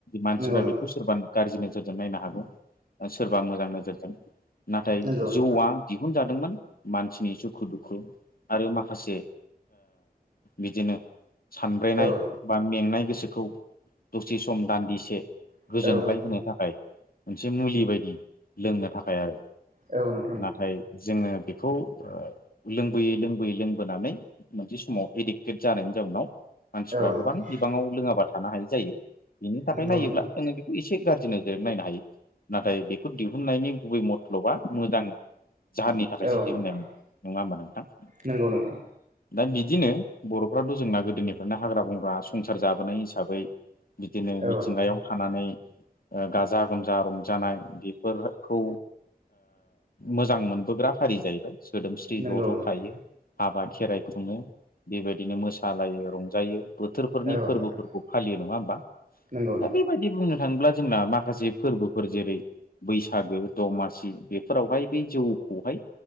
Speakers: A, on the left (about 70°); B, on the right (about 55°).
A: मानसिफ्रा
B: नंगौ नोंथां
A: बेखौ सोरबा गाज्रि नोजोरजों नायनो हागौ सोरबा मोजां नोजोरजों। नाथाय
B: नंगौ
A: जौआ
B: नोंथां
A: दिहुनजादोंमोन मानसिनि सुखु दुखु। आरो माखासे बिदिनो। सानब्रेनाय
B: औ
A: बा मेंनाय गोसोखौ दसे सम दान्दिसे।
B: नोंथां
A: गोजोनग्लाय
B: औ नोंथां
A: होनो थाखाय मोनसे मुलि बायदि लोंनो थाखाय आरो।
B: नंगौ
A: नाथाय जोङो बेखौ। लोंबोयै लोंबोयै लोंबोनानै मोनसे समाव एडिक्टेड जानायनि जाउनाव। मानसिफ्रा
B: औ नोंथां
A: गोबां बिबाङाव लोङाबा थानो हाय जायो बिनि थाखाय
B: नंगौ
A: नायोब्ला
B: नोंथां
A: जोङो बे। एसे गाज्रि नोजोर नायनो हायो नाथाय बेखौ दिहुननायनि गुबै मथल'बा मोजां। जाहोननि थाखायसो
B: औ नोंथां
A: दिहुननायमोन नङा होमबा नोंथां।
B: नंगौ नोंथां
A: दा बिदिनो बर'फ्राथ' जोंना गोदोनिफ्रायनो हाग्रा बंग्रा संसार जाबोनाय हिसाबै। बिदिनो
B: औ
A: मिथिंगायाव
B: नोंथां
A: थानानै। गाजा गोमजा रंजानाय बेफोरखौ। मोजां मोनबोग्रा हारि जाहैबाय सोदोमस्रि ज'
B: नंगौ
A: ज'
B: नोंथां
A: थायो। हाबा खेराइ खुङो बेबायदिनो मोसालायो रंजायो। बोथोरफोरनि
B: औ
A: फोरबोफोरखौ
B: नोंथां
A: फालियो नङा होमबा
B: नंगौ
A: दा
B: नंगौ
A: बेबायदि बुंनो थाङोब्ला जोंना माखासे। माखासे फोरबोफोर जेरै बैसागो दमासि बेफोरावहाय बे जौखौहाय।